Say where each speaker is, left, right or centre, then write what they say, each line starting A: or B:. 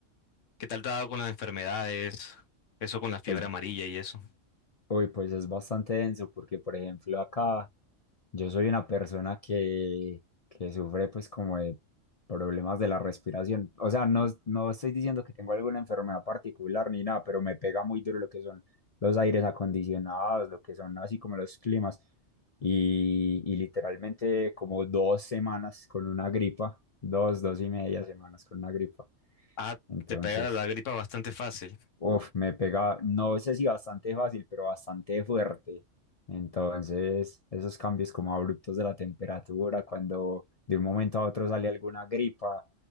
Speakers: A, on the left; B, on the left.
A: ¿Qué tal te ha dado con las enfermedades? Eso con la fiebre
B: es,
A: amarilla y eso.
B: Uy, pues es bastante denso porque, por ejemplo, acá yo soy una persona que, que sufre pues como de problemas de la respiración. O sea, no, no estoy diciendo que tengo alguna enfermedad particular ni nada, pero me pega muy duro lo que son los aires acondicionados, lo que son así como los climas. Y, y literalmente como dos semanas con una gripa, dos, dos y media semanas con una gripa.
A: Ah,
B: Entonces,
A: te pega la gripa bastante fácil.
B: Uf, me pega, no sé si bastante fácil, pero bastante fuerte. Entonces, esos cambios como abruptos de la temperatura, cuando de un momento a otro sale alguna gripa,